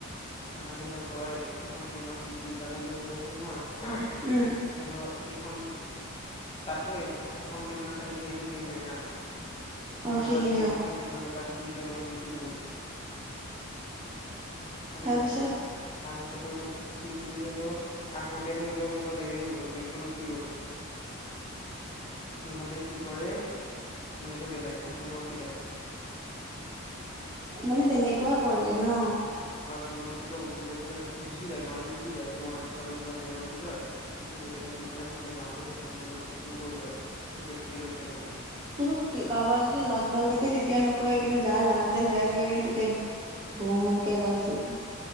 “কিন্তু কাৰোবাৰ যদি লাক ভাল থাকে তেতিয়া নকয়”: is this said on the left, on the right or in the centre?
Right